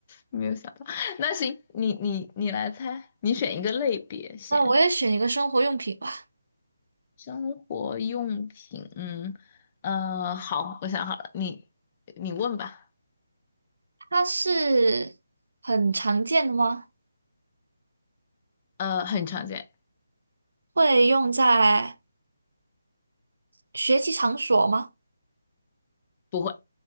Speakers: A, on the left; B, on the right.
A: 没有想到。那行，你你你来猜，你选一个类别先，
B: 那我也选一个生活用品吧，
A: 生活用品，嗯，呃，好，我想好了，你你问吧，
B: 它是很常见的吗？
A: 呃，很常见，
B: 会用在学习场所吗？
A: 不会，